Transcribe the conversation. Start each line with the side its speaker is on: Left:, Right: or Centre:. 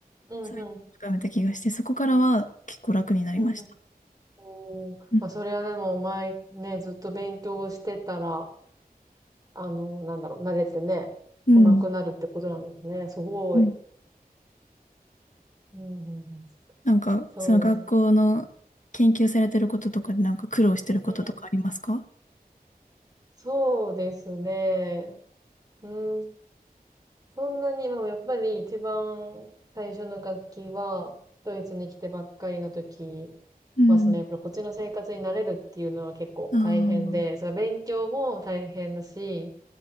Right: うんうん。
Left: そういうのを深めた気がして、そこからは結構楽になりました。
Right: うんうん。おーまあ、
Left: うん。
Right: それはでも前ね、ずっと勉強をしてたら、あの、なんだろう、慣れてね、
Left: うん
Right: 上手くなるってことなんですね。すごい。
Left: うん
Right: うんうんうん、
Left: なんか、
Right: そうですね。
Left: その学校の研究されてることとかでなんか苦労してることとかありますか
Right: うんうん。そうですね。うんそんなに、でもやっぱり一番最初の楽器は、ドイツに来てばっかりの時
Left: うん。
Right: は、そのやっぱりこっちの生活に慣れるっていうのは結構大変で、
Left: ああ。
Right: その勉強も大変だし、